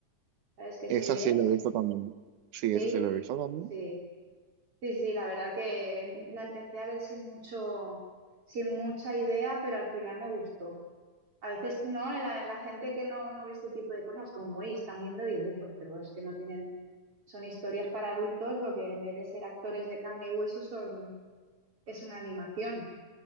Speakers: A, on the right; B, on the right.
A: ¿sabes qué serie
B: Esa sí
A: es?
B: la he visto también. Sí,
A: Sí.
B: esa sí la he visto también.
A: Sí. Sí, sí, la verdad que la empecé a ver sin mucho, sin mucha idea, pero al final me gustó. A veces, ¿no? La, la gente que no, no ve este tipo de cosas, como, uy, están viendo dibujos, pero es que no tienen, son historias para adultos, lo que en vez de ser actores de carne y hueso son, es una animación,